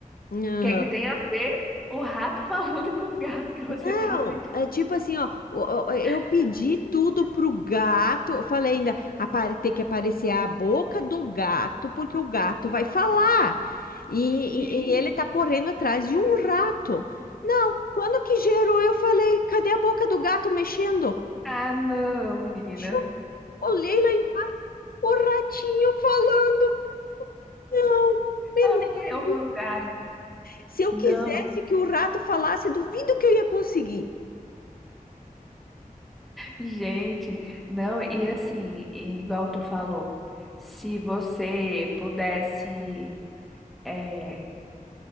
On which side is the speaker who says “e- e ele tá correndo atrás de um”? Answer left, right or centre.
Left